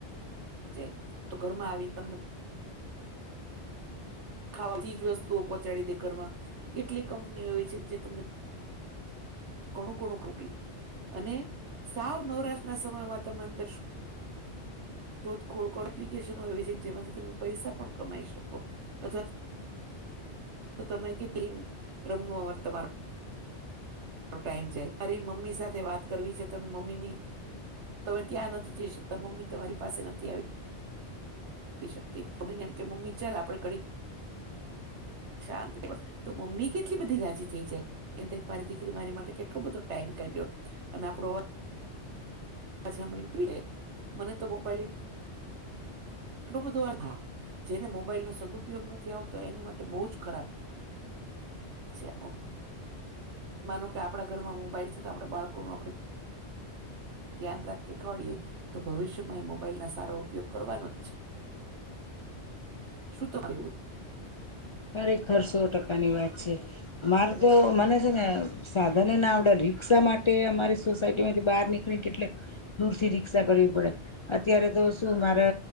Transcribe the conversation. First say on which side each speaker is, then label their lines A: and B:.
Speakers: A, on the right; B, on the left.
A: જાય. તો ઘરમાં આવીને તમને ખાવા ચીજ વસ્તુઓ પહોંચાડી દે ઘરમાં. કેટલી કંપનીઓ એવી છે જે તમને ઘણું ઘણું કોકલી્ અને સાવ નવરાશ ના સમયમાં તમે અંદર શું શોધ ખોડ એપ્લિકેશનો એ છે જેમાંથી તમે પૈસા પણ કમાઈ શકો. અથવા તો તમે કે ટીમ રમવા તમાર્ નો ટાઈમ જાય. મારી મમ્મી સાથે વાત કરવી છે, તો મમ્મીની તમે ત્યાં નથી જઈ શકતા. મમ્મી તમારી પાસે નથી આવી આવી શકતી બમીને એમ કે મમ્મી ચાલ આપડે ઘડીક શાંતિ <inaudible> તો મમ્મી કેટલી બધી રાજી થઈ જાય! એ મારી દીકરી મારી માટે કેટલો બધો ટાઈમ કાઢ્યો. અને આપડો અવાજ સાંભળીને <inaudible> મને તો મોબાઈલ એટલું બધું જેને મોબાઈલ નો સદઉપયોગ નથી આવડતો, એની માટે બહુ જ ખરાબ છે મોબ્, માનો કે આપડા ઘરમાં મોબાઈલ છે તો આપડે બાળકોનું આપડે ધ્યાન રાખી ખડીએે તો ભવિષ્યમાં એ મોબાઈલ ના સારો ઉપયોગ કરવાનો જ છે! શું <inaudible> કેવું?
B: ખરેખર સો ટકાની વાત છે. મારે
A: તમે
B: તો મને છે ને સાધન એ ના આવડે રીક્ષા માટે અમારી સોસાયટી માંથી બહાર નીકળી કેટલે દૂરથી રિક્ષા કરવી પડે. અત્યારે તો શું મારે